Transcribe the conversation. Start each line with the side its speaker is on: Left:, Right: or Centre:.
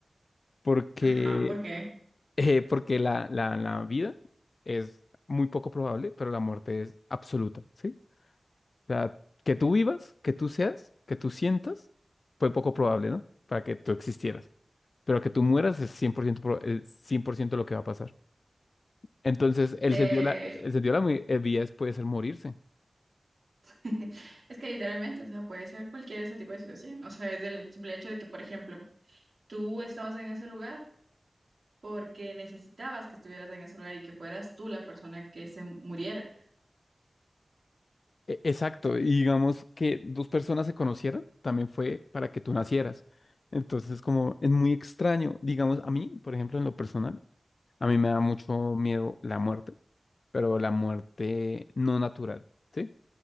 Left: Porque,
Right: Ajá, ¿por qué?
Left: <laughs> eh, porque la, la, la vida es muy poco probable, pero la muerte es absoluta, ¿sí? O sea, que tú vivas, que tú seas, que tú sientas, fue poco probable, ¿no? Para que tú existieras. Pero que tú mueras es 100% pro- es 100% lo que va a pasar. Entonces, el
Right: Eh,
Left: sentido de la, el sentido de la mu- eh, vida es- puede ser morirse.
Right: <laughs> Es que literalmente, o sea, puede ser cualquier ese tipo de situación. O sea, es el simple hecho de que, por ejemplo, tú estabas en ese lugar porque necesitabas que estuvieras en ese lugar y que fueras tú la persona que se muriera.
Left: E- Exacto, y digamos que dos personas se conocieran también fue para que tú nacieras. Entonces, como es muy extraño, digamos, a mí, por ejemplo, en lo personal, a mí me da mucho miedo la muerte, pero la muerte no natural, ¿sí?